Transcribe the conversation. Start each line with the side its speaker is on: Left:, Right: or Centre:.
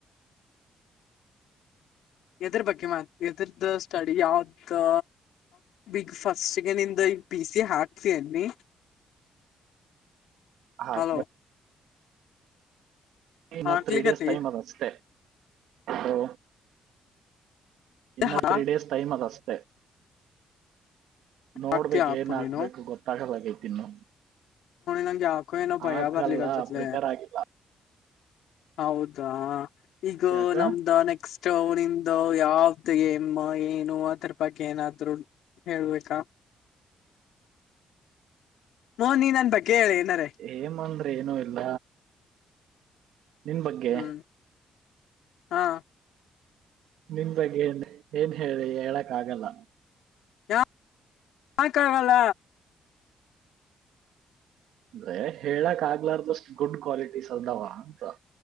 Left: ಎದ್ರ ಬಗ್ಗೆ ಎರ್ದದ ಸ್ಟಡಿ ಯಾವ್ದ. ಬಿಗ್ ಫಸ್ಟ್ಗೆ ನಿಂದ್ ಪಿ ಸಿ ಹಾಕ್ತ ಅನ್ನಿ
Right: ಹಾಕ್ಬೇಕು
Left: ಹಲೋ
Right: ಇನ್ನು
Left: ಹಾಕ್ಲಿಕತಿ
Right: ತ್ರೀ ಡೇಸ್ ಟೈಮ್ ಅಷ್ಟೇ ಹಲೋ. ಇನ್ನ
Left: ಹಾ
Right: ತ್ರೀ ಡೇಸ್ ಟೈಮ್ ಅದ ಅಷ್ಟೇ. ನೋಡ್ಬೇಕ
Left: ಹಾಕ್ತಿ ಹಾಪು
Right: ಏನ್ ಹಾಕ್ಬೇಕು
Left: ನೀನು
Right: ಗೊತ್ತಾಗದಗೈತಿ ಇನ್ನು.
Left: ನಂಗೆ ಯಾಕೋ ಏನೋ ಭಯ
Right: ಆಗಲ್ಲ
Left: ಬರ್ಲಿಕ್ಕತತ್ಲ
Right: ಪ್ರಿಪೇರ್ ಆಗಿಲ್ಲ
Left: ಹೌದಾ ಈಗ
Right: ಯಾಕ
Left: ನಮ್ದ ನೆಕ್ಸ್ಟ್. ನಿಂದು ಯಾವ್ದು ಗೇಮ ಏನು ಆದರ ಬಗ್ಗೆ ಏನಾದ್ರು ಹೇಳಬೇಕಾ. ಹೋ ನೀ ನನ್ ಬಗ್ಗೆ ಹೇಳಿ ಏನಾರೇ.
Right: ಏಮ್ ಅಂದ್ರೆ ಏನುೂ ಇಲ್ಲ. ನಿನ್ ಬಗ್ಗೆ
Left: ಹ್ಮ್ ಹಾ
Right: ನಿನ್ ಬಗ್ಗೆ ಏನ್ ಏನ್ ಹೇಳಿ ಹೇಳಕ್ ಆಗಲ್ಲ.
Left: ಯ ಯಾಕೆ ಆಗಲ್ಲ.
Right: ಅಂದ್ರೆ ಹೇಳಕ್ ಆಗ್ಲಾರ್ದಷ್ಟ್ ಗುಡ್ ಕ್ವಾಲಿಟೀಸ್ ಅಲ್ದಾವ ಅಂತ